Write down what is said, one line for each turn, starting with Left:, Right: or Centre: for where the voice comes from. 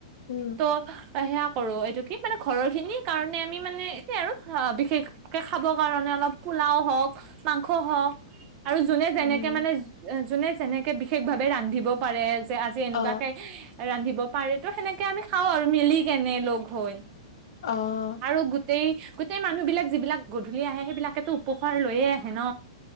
Left: উম।
Right: ত' অ সেয়া কৰো এইটো কি মানে ঘৰৰ খিনি কাৰণে আমি মানে এতিাই আৰু বিশেষকে খাব কাৰণে অলপ পোলাও হওক মাংস হওক আৰু যোনে যেনেকে
Left: উম।
Right: মানে যোনে। যেনেকে বিশেষ ভাৱে ৰান্ধিব পাৰে। যে আজি এনেকুৱাকে
Left: অ',
Right: ৰান্ধিব পাৰে তো সেনেকে আমি খাওঁ আৰু মিলি কেনে লগ হৈ
Left: অ'
Right: আৰু গোটেই গোটেই মানুহ বিলাক যিবিলাক গধূলি আহে সেইবিলাকেতো উপহাৰ লৈয়ে আহে ন